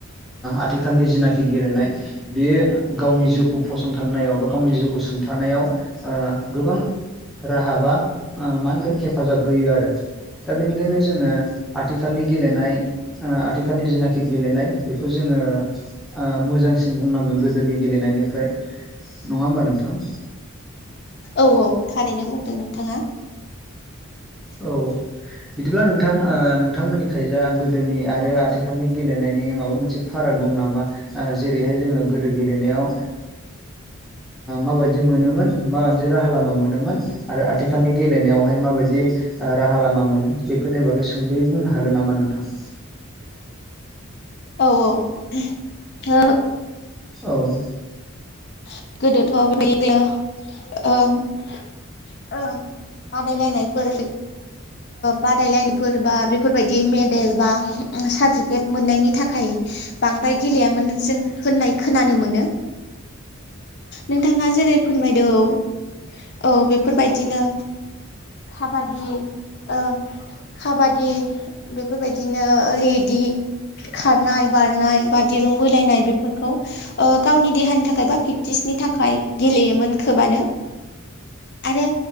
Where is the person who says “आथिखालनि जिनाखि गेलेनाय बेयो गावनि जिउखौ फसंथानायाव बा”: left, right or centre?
Centre